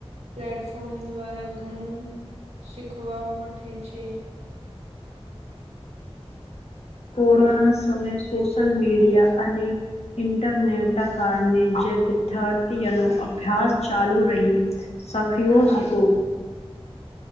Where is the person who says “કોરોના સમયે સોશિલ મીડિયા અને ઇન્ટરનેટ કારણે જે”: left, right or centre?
Left